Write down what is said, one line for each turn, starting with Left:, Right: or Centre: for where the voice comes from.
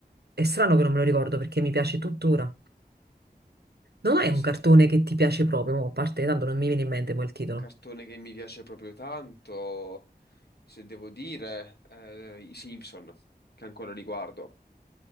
Right: È strano che non me lo ricordo perché mi piace tuttora. Non hai
Left: Se
Right: un cartone
Left: ti-
Right: che ti piace proprio, mo, a parte tanto non mi viene in mente poi il titolo.
Left: Cartone che mi piace proprio tanto, se devo dire, eh, i Simpson, che ancora li guardo.